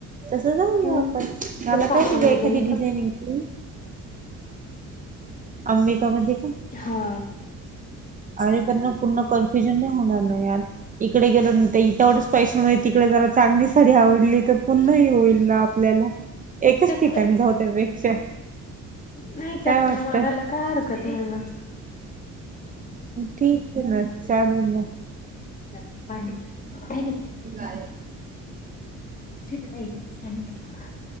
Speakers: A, on the right; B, on the left.
A: तस जाऊया
B: हम्म
A: आपण, मला
B: तसं
A: काही
B: आपण
A: नाही का एखादी
B: उद्या इथं
A: डिझाईनिंगची, आंबिका मध्ये का?
B: हा,
A: आणि पुन्हा त्याना, कन्फ्युजन नाही होणार ना यार, इकडे गेलो तेवढंच पैशनमध्ये, तिकडे जरा चांगली साडी आवडली तर, पुन्हा ह होईल ना आपल्याला. एकच
B: चक्कर
A: ठिकाणी जाऊ त्यापेक्षा,
B: नाही
A: काय
B: चक्कर
A: वाटत!
B: मारायला काय हरकत नाही ना,
A: ठीक आहे ना चालेल
B: <unintelligible> भाडे <unintelligible>
A: गाय,
B: <unintelligible>